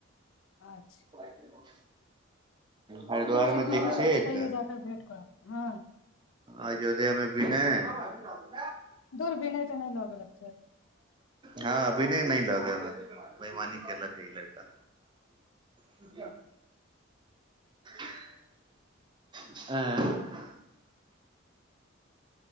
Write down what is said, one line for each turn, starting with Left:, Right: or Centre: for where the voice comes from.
Left: अच्छा
Right: <unintelligible> हरिद्वार
Left: दीक्षित
Right: मे
Left: नहियो
Right: दिक्षित
Left: रहतै तैयो जाकऽ भेंट करब हँ
Right: अयोध्या मे बिनय आजहि <unintelligible>
Left: दूर विनय तऽ नहि लोगे लग छै
Right: हँ विनय लगे नहि <inaudible> बइमानी केलक अ ई लड़का सु <inaudible> ऐं